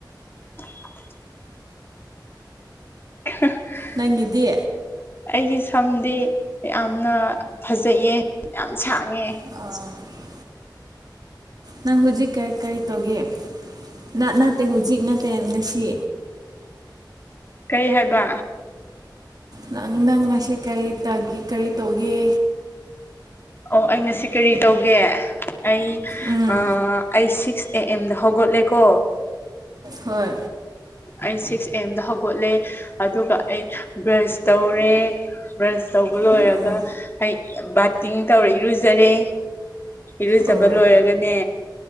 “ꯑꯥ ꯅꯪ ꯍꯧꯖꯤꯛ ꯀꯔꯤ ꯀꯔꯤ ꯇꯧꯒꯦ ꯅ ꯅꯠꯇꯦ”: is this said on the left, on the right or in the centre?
Right